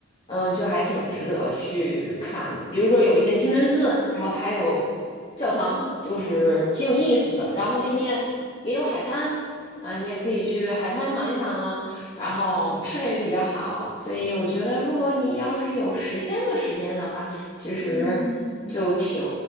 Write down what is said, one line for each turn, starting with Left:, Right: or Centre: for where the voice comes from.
Left: 嗯，就还挺值得去看的。比如说有一些清真寺，然后它还有教堂，就是挺有意思的。然后那面也有海滩啊，你也可以去海滩躺一躺啊，然后吃的也比较好。所以我觉得，如果你要是有十天的时间的话，其实
Centre: 嗯嗯嗯，
Left: 就挺